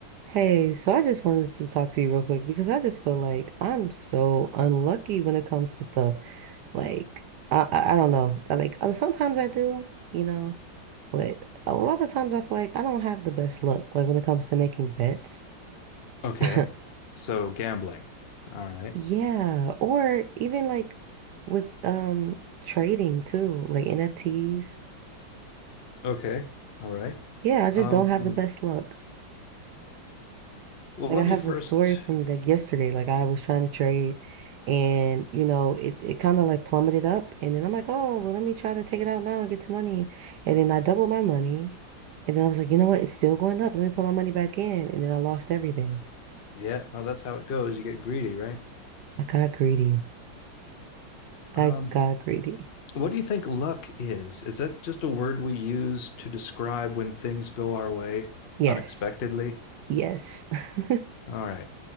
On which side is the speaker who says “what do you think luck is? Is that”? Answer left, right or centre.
Left